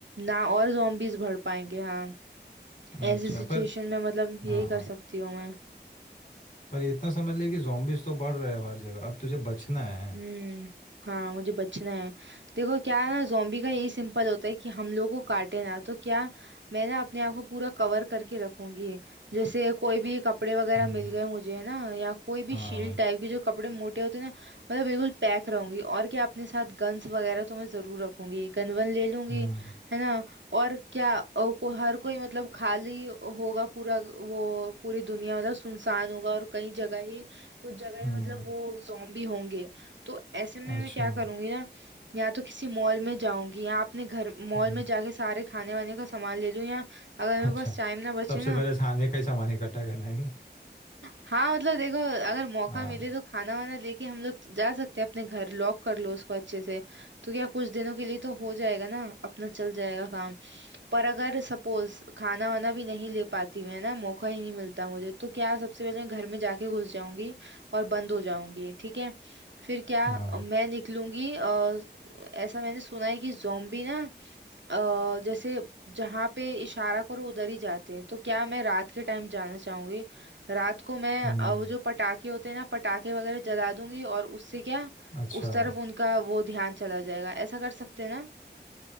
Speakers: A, on the right; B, on the left.
A: ना और zombies बढ़ पाएंगे हाँ
B: अच्छा
A: ऐसी सिचुएशन
B: पर
A: में मतलब यही
B: हाँ
A: कर सकती हूँ मैं
B: पर ये इतना समझ ले कि zombies तो बढ़ रहे हैं अब हर जगह अब तुझे बचना है
A: हम्म हाँ मुझे बचना है देखो क्या है ना जोम्बी का यही सिंपल होता है कि हम लोगों को काटे ना तो क्या मैं ना अपने आप को पूरा कवर करके रखूंगी जैसे कोई भी कपड़े वगैरह
B: हम्म
A: मिल गए मुझे है ना या कोई भी
B: हाँ
A: शील्ड टाइप के जो कपड़े मोटे होते हैं ना मतलब बिल्कुल पैक रहूंगी और क्या अपने साथ गन्स वगैरह तो मैं जरूर रखूंगी गन वन ले लूंगी
B: हम्म
A: है ना और क्या अ, को हर कोई मतलब खाली होगा पूरा वो पूरी दुनिया मतलब सुनसान होगा और कई जगह ही कुछ जगह
B: हम्म
A: ही मतलब वो जोम्बी होंगे तो ऐसे में
B: अच्छा
A: मैं क्या करूंगी ना या तो किसी मॉल में जाऊंगी या अपने घर मॉल
B: हम्म,
A: में जाके सारे खाने वाने का सामान ले लूं या अगर मेरे
B: अच्छा
A: पास टाइम ना बचे
B: सबसे
A: ना
B: पहले खाने का ही सामान इकट्ठा करना है नहीं
A: हाँ मतलब देखो अगर मौका
B: हाँ
A: मिले तो खाना वाना लेके हम लोग जा सकते हैं अपने घर लॉक कर लो उसको अच्छे से तो क्या कुछ दिनों के लिए तो हो जाएगा ना अपना चल जाएगा काम पर अगर सपोज खाना वाना भी नहीं ले पाती मैं ना मौका ही नहीं मिलता मुझे तो क्या सबसे पहले मैं घर में जाके घुस जाऊंगी और बंद हो जाऊंगी ठीक है फिर क्या
B: हाँ
A: अ, मैं निकलूंगी आ, ऐसा मैंने सुना है कि जोम्बी ना अ, जैसे जहाँ पे इशारा करो उधर ही जाते हैं तो क्या मैं रात के टाइम जाना चाहूंगी रात को मैं
B: हम्म
A: अ, वो जो पटाखे होते हैं ना पटाखे वगैरह जला दूंगी और उससे क्या
B: अच्छा
A: उस तरफ उनका वो ध्यान चला जाएगा ऐसा कर सकते हैं ना